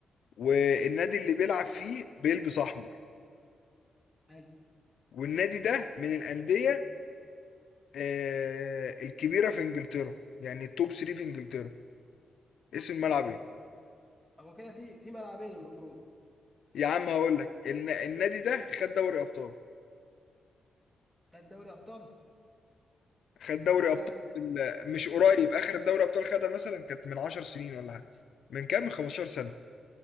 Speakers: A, on the left; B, in the centre.
A: والنادي اللي بيلعب فيه بيلبس احمر
B: حلو
A: والنادي ده من الانديه آه الكبيره في انجلترا يعني التوب 3 في انجلترا اسم الملعب
B: اه
A: ايه
B: هو كده في في ملعبين المفروض
A: يا عم هقول لك الن- النادي ده خد دوري ابطال
B: خد دوري ابطال
A: خد دوري
B: اللي يبقى
A: ابطال مش
B: يبقى
A: قريب اخر دوري ابطال خدها مثلا كانت من 10 سنين ولا حاجه من كام من 15 سنه